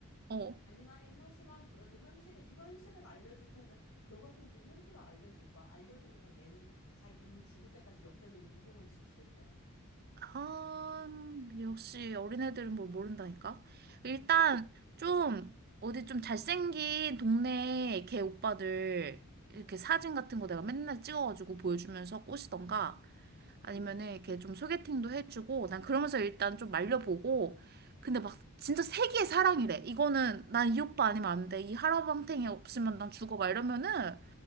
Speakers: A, on the right (about 45°); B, on the left (about 85°).
A: 어,
B: 잔인하긴 하지만 그래도 현실이지 현실을 알려줄 텐데 너 같으면 그 현실을 알려줄 거야 알려줘도 막 얘는 자기 그러면 죽을 때까지 옆에서 임종을 지키겠대
A: 아, 역시 어린애들은 뭘 모른다니까
B: 아 내
A: 일단
B: 말이
A: 좀 어디 좀 잘생긴 동네 걔 오빠들 이렇게 사진 같은 거 내가 맨날 찍어가지고 보여주면서 꼬시던가
B: 음.
A: 아니면은 이렇게 좀 소개팅도 해주고 난 그러면서 일단 좀 말려보고 근데 막 진짜 세기의 사랑이래 이거는 난 이 오빠 아니면 안 돼 이 하라방탱이 없으면 난 죽어 막 이러면은